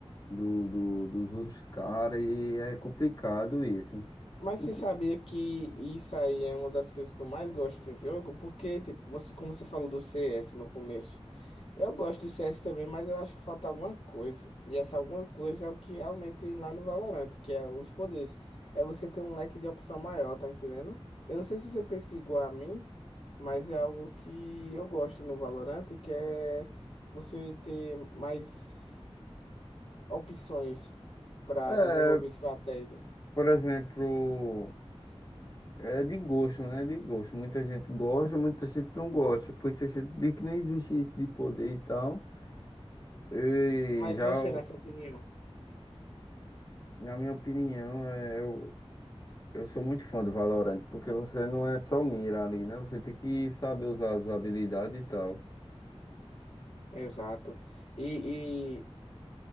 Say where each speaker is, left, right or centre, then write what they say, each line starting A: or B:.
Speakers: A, on the left; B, on the left.
A: do, do- dos outros caras, e é complicado isso.
B: Mas
A: No
B: você
A: co-
B: sabia que isso aí é uma das coisas que eu mais gosto no jogo? Porque, tipo, você, como você falou do CS no começo, eu gosto do CS também, mas eu acho que falta alguma coisa. E essa alguma coisa é o que realmente tem lá no Valorant, que é os poderes. É você ter um leque de opção maior, tá entendendo? Eu não sei se você pensa igual a mim, mas é algo que eu gosto no Valorant, que é você ter mais opções para
A: É,
B: desenvolver estratégia.
A: por exemplo. É de gosto, né? De gosto. Muita gente gosta, muita gente não gosta. Muita gente diz que não existe isso de poder e tal. E
B: Mas
A: já,
B: você, na
A: o-
B: sua opinião?
A: na minha opinião, é, eu, eu sou muito fã do Valorant, porque você não é só mira ali, né? Você tem que saber usar as habilidades e tal.
B: Exato. E, e,